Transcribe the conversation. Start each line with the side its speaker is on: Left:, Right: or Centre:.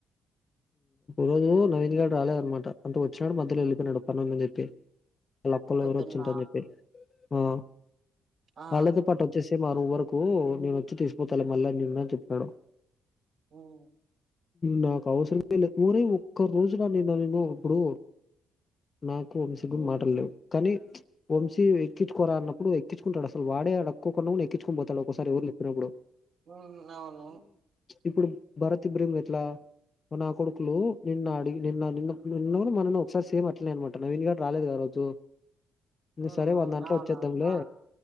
Left: రోజు నవీన్ గాడు రాలేదనమాట అంటే వచ్చినాడు మధ్యలో వెళ్ళిపోయినాడు పనుందని చెప్పి లక్కులో
Right: పొద్దున్న
Left: ఎవరోవచ్చుటరాని చెప్పి ఆ
Right: ఆ
Left: వాళ్ళతో పాటు వచ్చేసి మా ఆరు గురకు నేను వచ్చి తీసిపోతాలే మళ్ళా నిన్న అని చెప్పారు
Right: ఉం
Left: నా వాడసలు ఊరే ఒక్క రోజున నిన్న నేను ఇప్పుడు నాకు వంశీ కి మాట్లాడలేవు కానీ వంశీ ఎక్కించుకోరా అన్నప్పుడు ఎక్కించుకుంటాడు అసలు వాడే అడుక్కోకుండా కూడా ఎక్కించుకొని పోతాడు ఒకసారి ఎవరుని ఎప్పినగూడ
Right: ఉం అవును
Left: ఇప్పుడు భారతిబృం ఎట్లా నా కొడుకులు నిన్న అడిగి నిన్న నిన్న నిన్న కూడా మొన్నన వచ్చేసారు అట్లే అనుకుంట నవిన్ గాడు రాలేదు కదా ఆ రోజు ఇంకా
Right: ఉమ్
Left: సరే
Right: ఉమ్
Left: వందంటలో
Right: అవునవును
Left: వచ్చేద్దాంలే
Right: ఆ